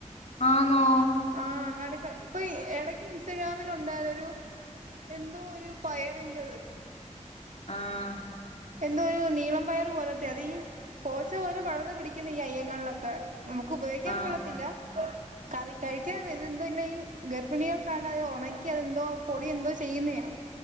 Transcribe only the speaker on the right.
ആഹ് അങ്ങാട് ഇപ്പൊ ഇടയ്ക്ക് ഇൻസ്റ്റഗ്രാമിൽ ഉണ്ടാലൊരു.. എന്തോ ഒരു പയറിന്റത്.
എന്തോ ഒരു നീളം പയർ പോലത്തെെയ അതേഈ പോച്ച പോലെ പഴർന്ന പിടിക്കുന്നു ഈ അയ്യങ്ങളിലൊക്കെ. നമുക്ക് ഉപയോഗിക്കാൻ
കൊള്ളത്തില്ല കറി കഴിക്കാൻ
എന്തല്ല ഈ. ഗർഭിണികൾ കാണ്ട് അത് ഉണക്കി അതെന്തോ പൊടി എന്തോ ചെയ്യുന്നാ.